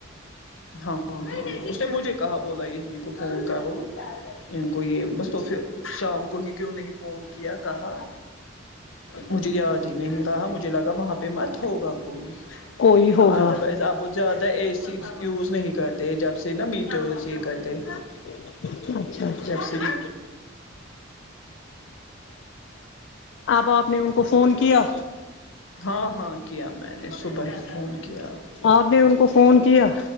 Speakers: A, on the left (about 80°); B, on the left (about 60°).
A: ہاں ہاںاں اس نے مجھے کہا بولا یہ کو فون کر ان کو یہ بس تو پھر شام کو ہی کیوں نہیں فون کیا کہا مجھے یاد ہی نہیں رہا مجھے لگا وہاں پہ مت ہوگا کوئی
B: کوئی ہوگا
A: اب ادروائز اپ وہ زیادہ اے سی یوز نہیں کرتے جب سے نا میٹر اس یہ کرتے
B: <unintelligible> اچھا
A: جب سے بھی
B: اب آپ نے ان کو فون کیا
A: ہاں ہاں کیا میں نے صبح ہی فون کیا
B: آپ نے ان کو فون کیا